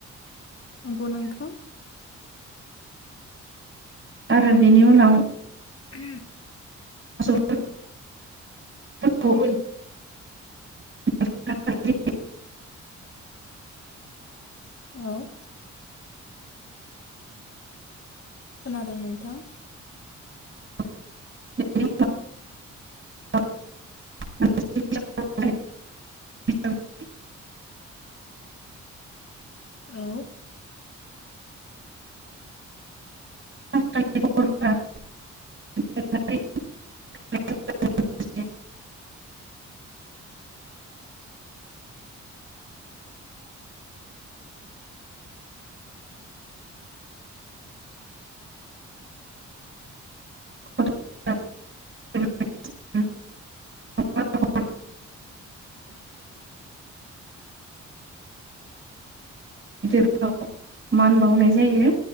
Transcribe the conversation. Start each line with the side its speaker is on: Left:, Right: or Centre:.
Left: नंगौ नोंथां।
Right: आरो बेनि उनाव
Left: ह <inaudible>
Right: <unintelligible> <unintelligible> <unintelligible>
Left: <unintelligible> औ खोनादों नोंथां?
Right: <unintelligible> <unintelligible> <unintelligible>
Left: औ
Right: <unintelligible> <unintelligible> <unintelligible> <unintelligible> <unintelligible> मान बावनाय जायो।